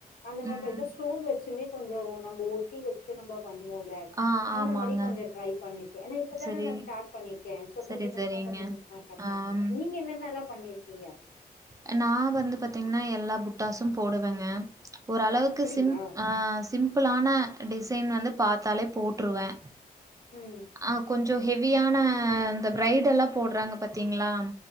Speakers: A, on the left; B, on the right.
A: அந்த மாரி
B: ம்
A: பாத்த ஸ்டோன் வச்சுமே கொஞ்ச நம்ப ஒட்டி வச்சு நம்ப பண்ணுவோல்ல
B: ஆ
A: அந்த
B: ஆமாங்க
A: மாரி கொஞ்ச ட்ரை பண்ணிருக்கே ஏனா இப்பதான
B: செரி
A: நா ஸ்டார்ட் பண்ணிருக்கே சோ
B: செரி
A: கொஞ்ச கொஞ்சமா
B: செரிங்க
A: கொஞ்ச கொஞ்சமா ஸ்டார்ட் பண்ணிக்கே
B: ஆம்
A: நீங்க என்ன மார்லா பண்ணிருக்கீங்க
B: அ நா வந்து பாத்தீங்னா எல்லா புட்டாஸும் போடுவேங்க ஓரளவுக்கு
A: அப்படியா
B: சிம் அ சிம்பிளான டிசைன் வந்து பாத்தாலே போட்டுருவே
A: ம்
B: அ கொஞ்சோ ஹெவியான இந்த பிரைடு எல்லா போடுறாங்க பத்திங்களா